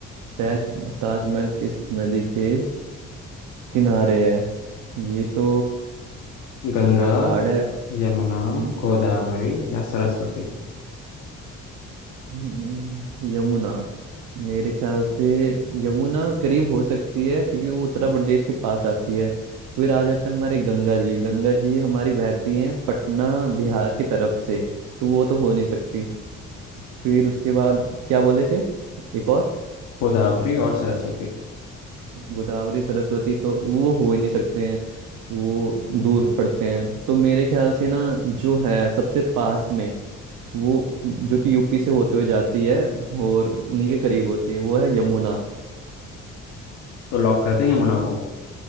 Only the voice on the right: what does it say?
ताज ताजमहल किस नदी के किनारे है ये तो
बहुत हार्ड है
हम्म,
हम्म, यमुना मेरे ख्याल से यमुना करीब हो सकती है क्योंकि वो उत्तर प्रदेश के पास आती है फिर आ जाता है हमारे गंगा जी गंगा जी हमारी बहती हैं पटना बिहार की तरफ से तो वो तो हो नहीं सकती फिर उसके बाद क्या बोले थे एक और
गोदावरी सरस्वती तो वो हो ही नहीं सकते हैं वो दूर पड़ते हैं तो मेरे ख्याल से ना जो है सबसे पास में वो जो कि यूपी से होते हुए जाती है और उन्हीं के करीब होती है वो है यमुना